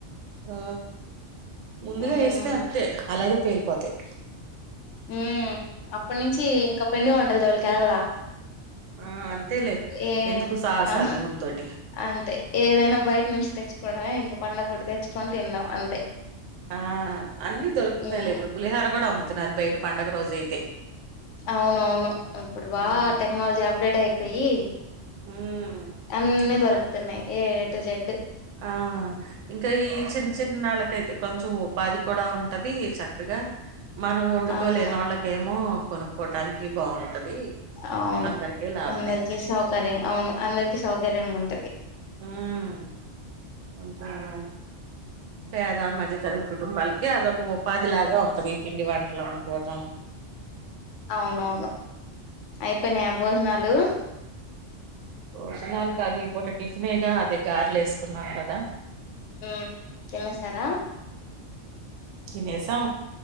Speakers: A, on the right; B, on the left.
A: ఆ ముందుగా
B: మ్మ్
A: వేస్తే అంతే అలాగే పేలిపోతయి
B: హుమ్ అప్పట్నుంచి ఇంకా పిండి వంటల జోలికేల్లాల
A: ఆ! అంతేలే
B: ఏ
A: ఎందుకు సాహసాలు
B: ఆ
A: నూనెతోటి.
B: అంతే ఏదైనా బైట్నుంచి తెచ్చుకో కోవడమే ఇంకా పండగ పూట తెచ్చుకోని తిన్నం అంతే
A: ఆ అన్ని దోల్కుతున్నాయి
B: మ్మ్
A: లే ఇపుడు పులిహోర కూడా అమ్ముతున్నారు బైట పండుగ రోజైతే
B: అవునవును ఇప్పుడు బా
A: హ్మ్.
B: టెక్నాలజీ అప్డేట్ అయిపోయి
A: హ్మ్.
B: అన్నీ దొరుకుతున్నాయి
A: అన్
B: ఏ టు జెడ్డు
A: ఆ ఇంకా ఈ చిన్న చిన్నళ్ళకైతే కొంచం ఉపాధి కూడా ఉంటది చక్కగా మనం వండుకోలేనోళ్లకేమో
B: అవును
A: కొనుక్కోటాని కి బాగుంటది
B: అవును
A: అందరికీ లాభమే
B: అందరికి సౌకర్యం అవును అందరికి సౌకర్యంగా ఉంటది
A: హు మ్మ్ కొంచం పేద మధ్యతర్గతి కుటుంబాలకి అదొక ఉపాధి లాగా ఉంటంది ఈ పిండి వంటలండుకోటం
B: అవునవును అయిపయినయ భోజనాలు
A: భోజనాలు కాద్ ఈ పూట టిఫినేగా అదే గర్లేసుకున్నాం కదా
B: మ్ తిన్నెసారా
A: తినేసం